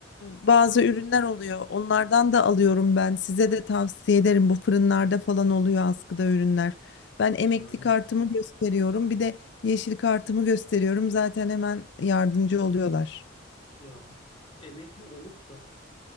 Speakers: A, on the left (about 55°); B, on the left (about 25°).
A: e, bazı ürünler oluyor. Onlardan da alıyorum ben. Size de tavsiye ederim. Bu fırınlarda falan oluyor askıda ürünler. Ben emekli
B: Yani
A: kartımı gösteriyorum. Bir de yeşil kartımı gösteriyorum. Zaten hemen yardımcı oluyorlar.
B: ya emekli olup da